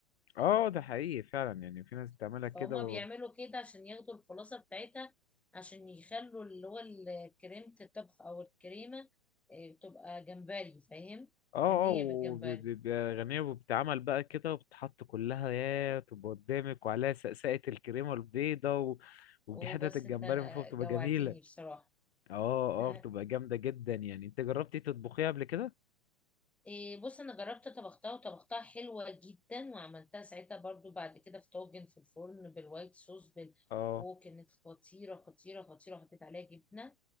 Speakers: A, on the left; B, in the centre.
A: اه ده حقيقي فعلا يعني في ناس بتعملها كده
B: فهما
A: و...
B: بيعملوا كده عشان ياخدوا الخلاصه بتاعتها عشان يخلوا اللي هو ال- كريمه الطبخ او الكريمه إيه، تبقى جمبري فاهم
A: اه
B: غنيه
A: اه وبيبقى
B: بالجمبري
A: غنية وبتتعمل بقى كده وبتحط كلها يا تبقى قدامك وعليها سقسقة الكريمة البيضة و... ودي
B: وبس
A: حتت الجمبري
B: انت آه،
A: من فوق بتبقى
B: جوعتني
A: جميلة
B: بصراحه
A: اه
B: <laughs>
A: اه بتبقى جامدة جدا يعني انت جربتي تطبخيها قبل كده؟
B: إيه بص انا جربت طبختها وطبختها حلوه جدا وعملتها ساعتها برضو بعد كده في طاجن في الفرن بالوايت صوص بال...
A: اه
B: وكانت خطيره خطيره خطيره حطيت عليها جبنه